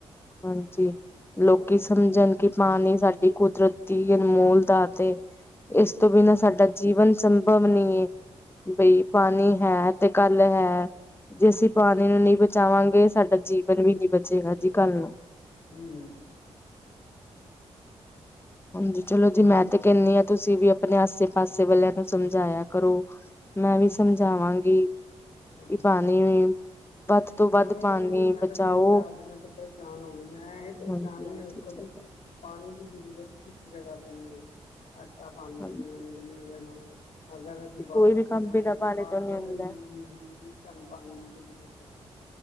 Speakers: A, on the left (about 20°); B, on the left (about 70°).
A: ਹਾਂਜੀ ਲੋਕੀ ਸਮਝਣ ਕਿ ਪਾਨੀ ਸਾਡੇ ਦੀ ਕੁਦਰਤ ਦੀ ਅਨਮੋਲ ਦਾਤ ਏ ਇਸ ਤੋਂ ਬਿਨਾਂ ਸਾਡਾ ਜੀਵਨ ਸੰਭਵ ਨਹੀਂ ਹੈ ਬਈ ਪਾਣੀ ਹੈ ਤੇ ਕੱਲ ਹੈ ਜੇ ਅਸੀਂ ਪਾਣੀ ਨੂੰ ਨਹੀਂ ਬਚਾਵਾਂਗੇ ਸਾਡਾ ਬਨਵੀਨੀ ਬਚੇਗਾਜੀ ਕੱਲ ਨੂੰ।
B: ਹਮ।
A: ਹਾਂਜੀ ਚਲੋ ਜੀ ਮੈਂ ਤੇ ਕਹਿੰਦੀ ਹਾਂ ਤੁਸੀਂ ਵੀ ਆਪਣੇ ਆਸੇ - ਪਾਸੇ ਵਾਲਿਆਂ ਨੂੰ ਸਮਝਾਇਆ ਕਰੋ। ਮੈਂ ਵੀ ਸਮਝਾਵਾਂਗੀ ਕਿ
B: ਹਾਂਜੀ
A: ਪਾਣੀ। ਵੱਧ ਤੋਂ ਵੱਧ
B: ਮੈਂ ਉ
A: ਪਾਣੀ
B: ਤਾਂ ਕਹਿੰਦੀ ਮੈਂ
A: ਬਚਾਓ
B: ਤਾਂ ਤਿੰਨ ਚਾਰ, ਦਿਨਾਂ ਚ ਪਰੇਸ਼ਾਨ ਹੋ ਗਈ ਮੈਂ ਇਹ ਪਰੇਸ਼ਾਨ
A: ਹਾਂਜੀ ਹਾਂਜੀ
B: ਵੇਖੋ
A: ਚਲੋ
B: ਜੀ। ਪਾਣੀ ਦੀ ਜ਼ਰੂਰਤ ਕਿਸ ਜਗ੍ਹਾ ਤੇ ਨਹੀਂ ਹੈ, ਆਟਾ ਪਾਣੀ
A: ਹਾਂਜੀ।
B: ਤੋਂ ਬਿਨਾਂ ਨਹੀਂ ਗੁੰਨਿਆ ਜਾਣਾ। ਅਗਰ ਅਸੀਂ ਬਾਥਰੂਮ
A: ਕੋਈ ਵੀ ਕੰਮ
B: ਜਾਣਾ,
A: ਬਿਨਾਂ
B: ਤਾਂ
A: ਪਾਣੀ
B: ਬਾਥਰੂਮ
A: ਤੋਂ ਨਹੀਂ ਹੁੰਦਾ।
B: ਵਿੱਚ ਵੀ ਤੁਾਨੂੰ ਪਾਣੀ ਦੀ ਜ਼ਰੂਰਤ ਹੈ।